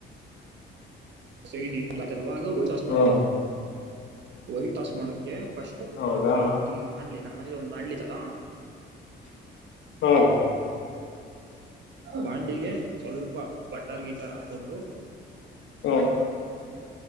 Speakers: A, on the right; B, on the left.
A: ಸೈಡ್ <unintelligible> ಈಗ ವೈಟ್ ಸಾಸ್ ಮಾಡ್ಕೊಬೇಕು
B: ಹಾ
A: ವೈಟ್ ಸಾಸ್ ಮಾಡಕೆ ಫಸ್ಟ್
B: ಹೌದಾ
A: ನಾರ್ಮಲ್ ಈ ಬಾಣ್ಲಿ ನಮ್ಮನೇಲಿ ಒಂದು ಬಾಂಡ್ಲಿತಲಾ?
B: ಹಾ <inaudible>
A: ಬಾಂಡ್ಲಿಗೆ ಸ್ವಲ್ಪ ಬಟ್ಟರ್ ಗಿಟ್ಟರ್ ಹಾಕೊಂಡು
B: ಹುಂ